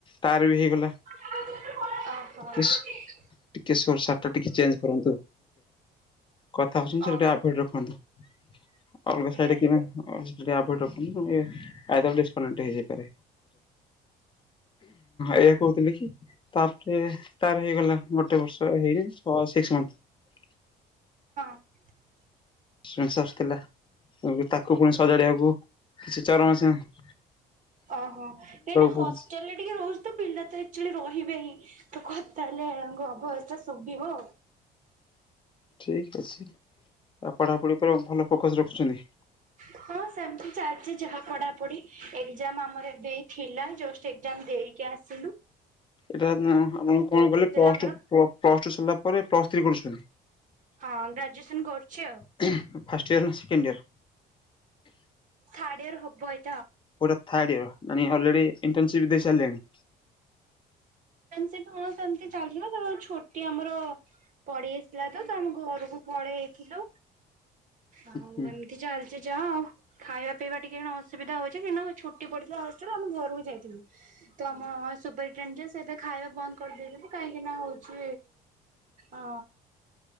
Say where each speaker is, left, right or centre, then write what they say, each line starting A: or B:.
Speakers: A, on the left (about 30°); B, on the right (about 50°).
A: ତାର ବି ହେଇଗଲା।
B: <unintelligible>
A: ଟିକେ ଟିକେ ସୋଟ ଟା ଟେ ଚେଞ୍ଜ କରନ୍ତୁ କଥା ଆସୁଛି
B: ଆଜ୍ଞା
A: ଅପଡେଟ ରଖନ୍ତୁ। ଅଲଗା ସାଇଟ୍ ରେ
B: ଆଜ୍ଞା
A: କିମ୍ପାଇଁ ଅପଡେଟ ରଖି ଆଇଦର ଡିସ କନେକ୍ଟ ହୋଇଯାଇପାରେ। ଏଇଆ କହୁଥିଲି କି ତା- ହେଇ ତାର ହେଇଗଲା ଗୋଟେ ବର୍ଷ ହେଇ ଛ ସିକ୍ସ ମନ୍ଥ।
B: <unintelligible>
A: କିମ୍ସ ଆସିଥିଲେ ତାକୁ ପୁଣି ସଜାଡିବାକୁ କିଛି ଚାରି ମାସ -
B: ହ। ଓହୋ କାହିଁକିନା ହଷ୍ଟେଲରେ
A: ପଡୁଛି।
B: ଟିକେ ରହୁଛି ତ ପିଲା ଆକଚୁଆଲି ରହିବେ ହିଁ ତ କଥା ହେଲେ। ତାଙ୍କୁ ହବ ଭଏସ ଟା ଶୁଭିବ।
A: ଠିକ ଅଛି ଆଉ ପଢାପଢି ଉପରେ ଭଲ ଫୋକସ ରଖୁଛନ୍ତି।
B: ହଁ। ହ ସେମତି ଚାଲିଛି ଯାହା ପଢାପଢି ଏକଜାମ ଆମର ଏବେ ଥିଲା ଜଷ୍ଟ ଏକଜାମ୍ ଦେଇକି ଆସି - ସିଲୁ।
A: ଏଇଟା ଆପଣ କଣ କହିଲେ ପ୍ଲ
B: ଆମର
A: ପ୍ଲସଟୁ ସରିଲା ପରେ ପ୍ଲସ ଥ୍ରୀ କରୁଛନ୍ତି।
B: ହଁ ଗ୍ରାଜୁଏସନ କରୁଛି ଆଉ
A: ଫାର୍ଷ୍ଟଟ ୟର ନା ସେକେଣ୍ଡ ୟାର?
B: ଥିର୍ଡ ୟଡ଼ିର ହବ ଏ
A: ମାନେ ଅଲରେଡି ଇଣ୍ଟନଶପ୍ ଦେଇସାରିଲେଣି?
B: ସେ ହଁ ସେମତି ଚାଲିଥିଲା ତ ଛୋଟି ଆମର ପଡି ଆସିଲା ତ ଆମ ଘର ସବୁ ପଳେଇ ହେଇଥିଲୁ, ଆଉ
A: ହୁଁ
B: ଏମିତି ଚାଲିଛି ଯା ଆଉ ଖାଇବା ପିଇବା ଟିକେ ଅସୁବିଧ ହଉଛି କି ନା, ଛୁଟି ପଡିଥିଲା ହଷ୍ଟେଲ ଆମ ଘରକୁ ଯାଇଥିଲୁ। ତ ଆମ ସୁପରିଟେଣ୍ଡେ ଏବେ ଖାଇବା ବନ୍ଦ କରିଦେଇଥବୁ କାହିଁକି ନା ହଉଛି ଅ